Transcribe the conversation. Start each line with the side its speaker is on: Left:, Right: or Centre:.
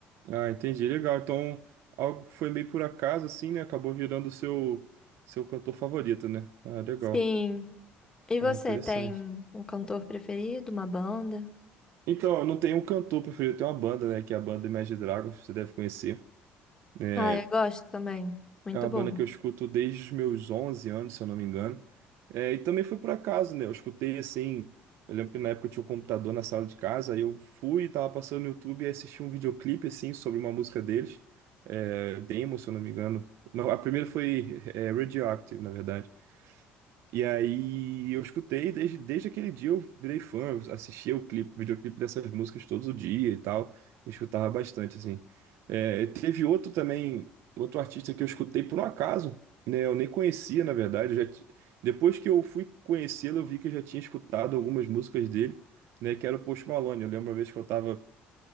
Right: Ah, entendi. Legal. Então, algo que foi meio por acaso, assim, né? Acabou virando o seu, seu cantor favorito, né? Ah, legal.
Left: Sim. E
Right: Ah,
Left: você
Right: interessante.
Left: tem um cantor preferido, uma banda?
Right: Então, eu não tenho um cantor preferido, eu tenho uma banda, né? Que é a banda Imagine Dragons, você deve conhecer. É,
Left: Ah, eu gosto também. Muito
Right: É uma
Left: boa.
Right: banda que eu escuto desde os meus 11 anos, se eu não me engano. É, e também foi por acaso, né? Eu escutei assim. Eu lembro que na época eu tinha um computador na sala de casa, aí eu fui e tava passando no YouTube e assisti um videoclipe assim sobre uma música deles. É, Demo, se eu não me engano. Não, a primeira foi é, Radioactive, na verdade. E aí eu escutei, desde, desde aquele dia eu virei fã, eu assistia o clipe, videoclipe dessas músicas todo dia e tal, eu escutava bastante, assim. É, teve outro também, outro artista que eu escutei por um acaso, né, eu nem conhecia, na verdade, eu já, ti- depois que eu fui conhecê-lo, eu vi que eu já tinha escutado algumas músicas dele, né, que era o Post Malone, eu lembro uma vez que eu tava